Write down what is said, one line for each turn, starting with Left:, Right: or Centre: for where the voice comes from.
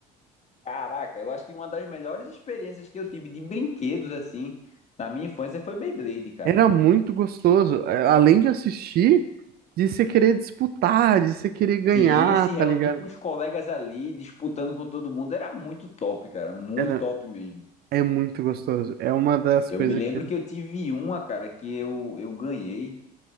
Left: Caraca, eu acho que uma das melhores experiências que eu tive de brinquedos, assim, na minha infância foi Beyblade, cara.
Right: Era muito gostoso. É, Além de assistir, de você querer disputar, de você querer ganhar,
Left: Sim, se reunir
Right: tá ligado?
Left: com os colegas ali, disputando com todo mundo, era muito top, cara. Muito
Right: Era,
Left: top mesmo.
Right: É muito gostoso. É uma das
Left: Eu
Right: coisas
Left: me lembro
Right: que.
Left: que eu tive uma, cara, que eu, eu ganhei.